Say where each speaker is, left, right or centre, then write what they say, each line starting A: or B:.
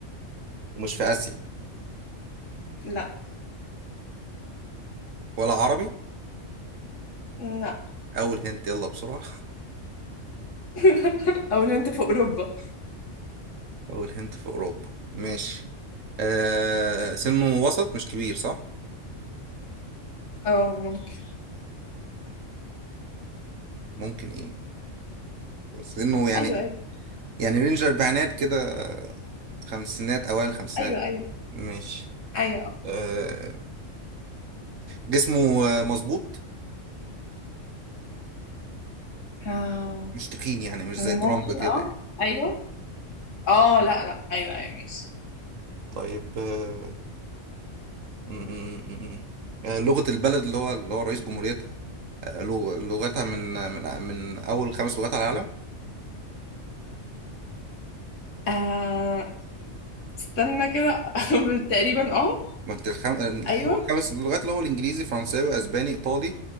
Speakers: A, on the right; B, on the left.
A: ومش في آسيا
B: لا
A: ولا عربي
B: لا
A: أول هنت يلا بسرعة <laughs>
B: <laughs> او لو انت في اوروبا
A: أول هنت في أوروبا ماشي آه سنه وسط مش كبير صح؟
B: اه ممكن
A: ممكن إيه سنه يعني
B: ايوه ايوه
A: يعني رينج الأربعينات كده خمسينات أوائل الخمسينات
B: ايوه ايوه
A: ماشي
B: ايوه
A: آه جسمه آه، مظبوط
B: اه
A: مش تخين يعني مش
B: آه،
A: زي
B: ممكن
A: ترامب كده
B: اه
A: يعني
B: ايوه اه لا لا ايوه ايوه ماشي
A: طيب آه م- م- م- آه، لغة البلد اللي هو اللي هو رئيس جمهوريتها آه لغ- لغتها من من من أول خمس لغات على العالم
B: آه استنى كده <laughs> تقريبا اه
A: ما أنت الخم...
B: ايوه
A: أول خمس لغات اللي هو الإنجليزي فرنساوي أسباني إيطالي